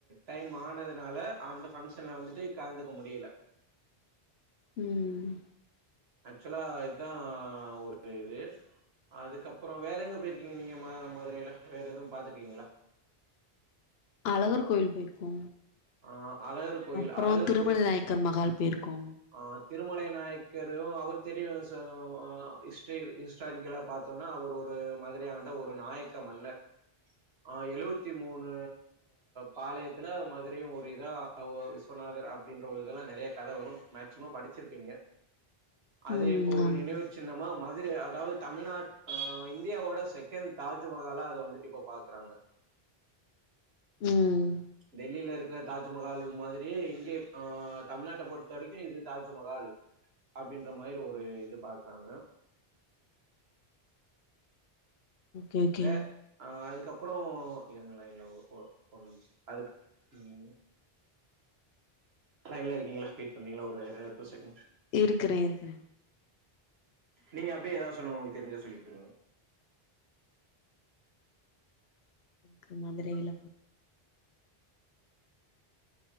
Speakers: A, on the right; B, on the left.
A: டைம் ஆனதுனால அந்த ஃபங்க்ஷன்ல வந்துட்டு கலந்துக்க முடியல
B: ம்
A: ஆக்சுவலா இதுதா ஒரு இது அதுக்கப்புறோ வேற எங்க போய்ருக்கீங்க நீங்க ம மதுரைல வேற எதுவு பாத்திருக்கீங்ளா
B: அழகர் கோயில் போய்ர்க்கோ
A: ஆ அழகர் கோயில்
B: அப்றோ
A: அழகர்
B: திருமண
A: கோயில்
B: நாயக்கர் மகால் போயிருக்கோ
A: ஆ திருமலை நாயக்கரு அவர் தெரியு ச அ இஸ்ட்ரி ஹிஸ்டாரிக்கலா பாத்தோன்னா அவரு ஒரு மதுரை ஆண்ட ஒரு நாயக்க மன்னர் ஆ எழுவத்தி மூணு பாளையத்துல மது ஒரு இதா ஒ விஸ்வநாதர் அப்டின்ற ஒரு இதெல்லா நெறையா கத வரு மேக்சிமம் படிச்சிருப்பீங்க அது
B: ம்
A: இப்ப ஒரு
B: ஆமா
A: நினைவுச் சின்னமா மதுரை அதாவது தமிழ்நாட் அ இந்தியாவோட செகண்ட் தாஜ்மஹாலா அத வந்துட்டு இப்ப பாக்குறாங்க
B: ம்
A: டெல்லில இருக்கிற தாஜ்மஹால் மாதிரியே இங்கே அ தமிழ்நாட்ட பொறுத்த வரைக்கு இது தாஜ்மஹால் அப்டின்ற மாரி ஒரு இது பாக்குறாங்க
B: ஓகே ஓகே
A: வே ஆ அதுக்கப்புறோ இருங்க லைன்ல ஒரு ஒரு நிமுசோ அதுக் ம் லைன்ல இருக்கீங்களா வெயிட் பண்றீங்களா ஒரு டூ செகண்டு
B: இருக்குறே இருக்குறே
A: நீங்க அப்டியே ஏதாது சொல்லுங்க ஒங்ளுக்கு தெரிஞ்சது சொல்லிட்ருங்க
B: க்கு மதுரைல